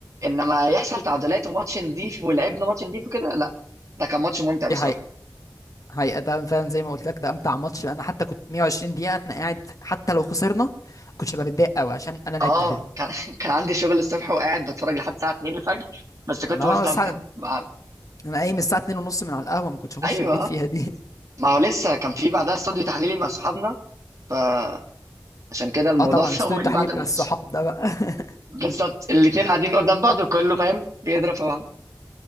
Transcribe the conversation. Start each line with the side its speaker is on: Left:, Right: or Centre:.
Right: انما يحصل تعادلات وماتش نضيف ولعبنا ماتش نضيف وكده لا ده كان ماتش ممتع
Left: دي
Right: بصراحه
Left: حقيقة حقيقة ده فعلا زي ما قلت لك ده امتع ماتش انا حتى كنت 120 دقيقة انا قاعد حتى لو خسرنا ما كنتش ببقى متضايق قوي عشان انا لعبت
Right: اه
Left: حلو
Right: كان <laughs> كان عندي شغل الصبح وقاعد بتفرج لحد الساعه 2 الفجر بس كنت
Left: انا
Right: مستمتع
Left: اه سع-
Right: مع... ال-
Left: انا قايم الساعه 2 ونص من على القهوه ما كنتش اخش
Right: ايوه
Left: البيت
Right: آه.
Left: فيها دي
Right: ما هو لسه كان في بعدها استوديو تحليلي مع صحابنا فعشان
Left: <laughs>
Right: كده الموضوع
Left: اه طبعا
Right: <laughs>
Left: استوديو
Right: طول
Left: التحليل
Right: بعد
Left: بتاع
Right: الماتش
Left: الصحاب ده بقى <laughs>
Right: بالظبط الاتنين قاعدين قدام بعض وكله فاهم بيضرب في بعض